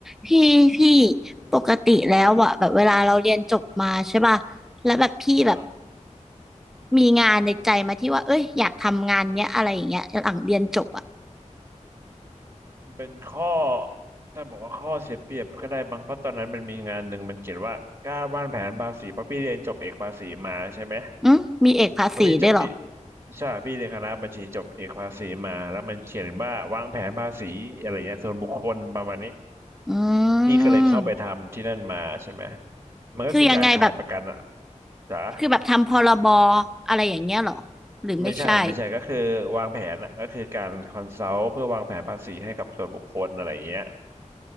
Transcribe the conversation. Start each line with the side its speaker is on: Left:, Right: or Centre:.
Centre: พี่พี่ปกติแล้วอะแบบเวลาเราเรียนจบมาใช่ป่ะแล้วแบบพี่แบบ
Right: ครับใช่
Centre: มีงานในใจมาที่ว่าเอ้ยอยากทำงานเนี้ยอะไรอย่างเงี้ยหลังเรียนจบอะ
Right: มันเป็นข้อถ้าบอกว่าข้อเสียเปรียบก็ได้บางเพราะตอนนั้นมันมีงานหนึ่งมันเขียนว่าการวางแผนภาษีเพราะพี่เรียนจบเอกภาษีมาใช่ไหม
Centre: อืมมีเอกภาษีด้วยเหรอ
Right: เพราะพี่จบพี่ใช่พี่เรียนคณะบัญชีจบเอกภาษีมาแล้วมันเขียนว่าวางแผนภาษีอะไรเงี้ยส่วนบุคคลประมาณนี้
Centre: อืม
Right: พี่ก็เลยเข้าไปทำที่นั่นมาใช่ไหมมันก็คือการขายประกันอะ
Centre: คือยังไงแบบ
Right: จ๋า
Centre: คือแบบทำพรบอะไรอย่างเงี้ยเหรอหรือไม่ใช่
Right: ไม่ใช่ไม่ใช่ก็คือวางแผนอะก็คือการคอนซัลท์เพื่อวางแผนภาษีให้กับส่วนบุคคลอะไรอย่างเงี้ย